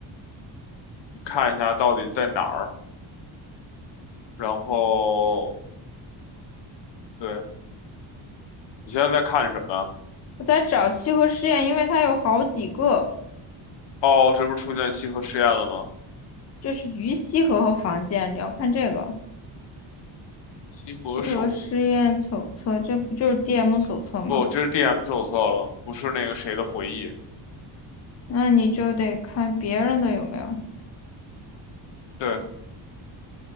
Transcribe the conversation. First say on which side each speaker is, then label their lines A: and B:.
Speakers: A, on the left; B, on the left.
A: 你看一下到底在哪儿，然后对，你现在在看什么啊？
B: 我在找西河实验，因为它有好几个。
A: 哦，这不是出现西河试验了吗？
B: 这是于西河和房建，你要看这个
A: 西河手，
B: 西河实验手册，这不就是 DM 手册吗？
A: 不，这是 DM 手册了，不是那个谁的回忆。
B: 那你就得看别人的有没有。
A: 对，